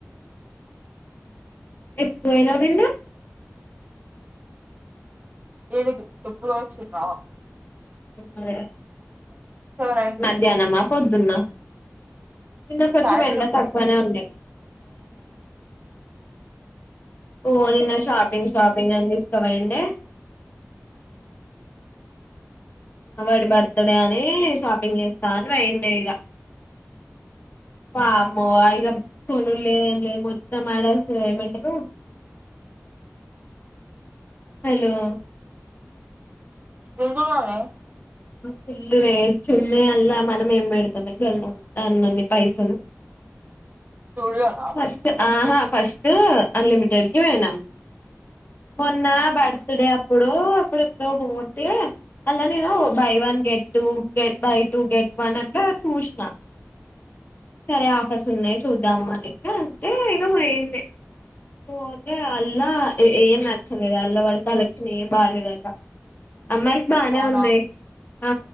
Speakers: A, on the left; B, on the right.
A: ఎప్పుడు నేను వదిలిన.
B: ఏదిపు ఎప్పుడో వచ్చినవ్.
A: అదే
B: సెవెన్ అయింది
A: మధ్యాహ్నమా పొద్దున్న ఇంక కొంచం
B: సాయంత్రం
A: ఎండ తక్కువన ఉండ
B: ఓ
A: ఓ నిన్న షాపింగ్ షాపింగ్ అని ఇవేంటే <inaudible> వాడి బర్త్డే అని షాపింగ్ చేస్తా అని వయిండ ఇక పాపం ఇగ కొనులే మొత్తం ఏమంటారు <inaudible> హలో
B: వెకు <inaudible>
A: పల్లు రేచ్చున్నా అల్లా మనం ఏం పెడతామే వెళ్ళం దాన్నిన్ని పైసలు
B: స్టూడియోనా
A: ఫస్ట్ ఆహ ఫస్ట్ అన్లిమిటెడ్కి పోయినామ్ <inaudible> మొన్న బర్త్డే అప్పుడు అప్పుడు ఇప్పుడు మూతి అళ్లా నేను buy one get two buy two get one అట్లా చూసిన సరే ఆఫర్స్ ఉన్నాయి చూద్దాము అనిసి అంటే ఇగ అయింది పోతే అల్లా ఏం నచ్చలేదు అల్లా వాడుకి కలక్షన్ ఏం బాలేదు అట అమ్మాయిలకి బానే
B: అవునా
A: ఉన్నాయి ఆ